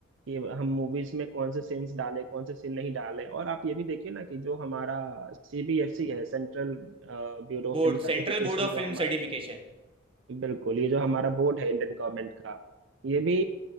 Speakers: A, on the right; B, on the right.
A: कि हम मूवीज में कौन से सीन्स डालें कौन से सीन नहीं डालें और आप ये भी देखिए ना कि जो हमारा सीबीएफसी है central bureau
B: Board
A: of film
B: central
A: certification
B: board of
A: जो
B: film
A: हमारा
B: certification
A: बिल्कुल ये जो हमारा बोर्ड है इंडियन गवर्नमेंट का ये भी